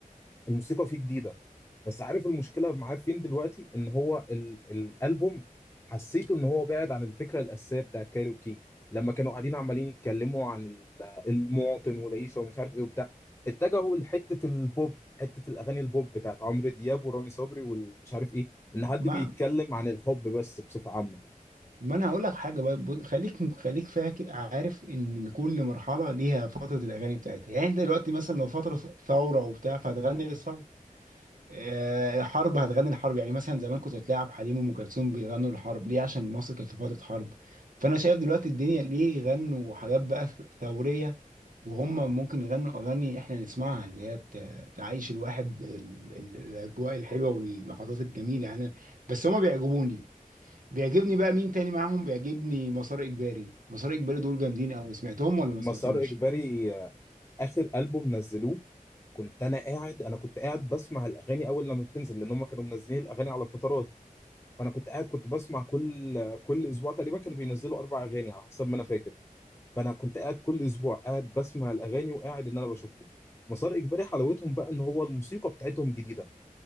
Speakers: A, on the left (about 15°); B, on the right (about 70°).
A: الموسيقى فيه جديدة بس عارف المشكلة معاه فين دلوقتي إن هو ال الألبوم حسيته إن هو بعد عن الفكرة الأساسية بتاعت كايروكي لما كانوا قاعدين عمالين يتكلموا عن ال- المواطن والعيشة ومش عارف إيه وبتاع اتجهوا لحتة البوب حتة الأغاني البوب بتاعت عمرو دياب ورامي صبري ومش عارف إيه إن حد
B: ما
A: بيتكلم عن الحب بس بصفة عامة
B: ما انا هقول لك حاجه بقى بص- خليك خليك فاكر عارف ان كل مرحله ليها فتره الاغاني بتاعتها يعني انت دلوقتي مثلا لو فتره ثوره وبتاع فهتغني للثوره آه، حرب هتغني الحرب يعني مثلا زمان كنت تلاعب حليم وام كلثوم بيغنوا الحرب ليه عشان مصر كانت في فتره حرب فانا شايف دلوقتي الدنيا ليه يغنوا حاجات بقى ث- ثوريه وهم ممكن يغنوا اغاني احنا نسمعها اللي هي ت- تعيش الواحد ال- ال- الاجواء الحلوه واللحظات الجميله يعني بس هم بيعجبوني بيعجبني بقى مين تاني معاهم بيعجبني مسار اجباري مسار اجباري دول جامدين قوي سمعتهم ولا ما
A: مسار
B: سمعتهمش
A: إجباري آه، آخر ألبوم نزلوه كنت انا قاعد انا كنت قاعد بسمع الاغاني اول لما بتنزل لان هم كانوا منزلين الاغاني على فترات فانا كنت قاعد كنت بسمع كل كل اسبوع تقريبا كانوا بينزلوا اربع اغاني على حسب ما انا فاكر فانا كنت قاعد كل اسبوع قاعد بسمع الاغاني وقاعد ان انا بشوفهم مسار اجباري حلاوتهم بقى ان هو الموسيقى بتاعتهم جديده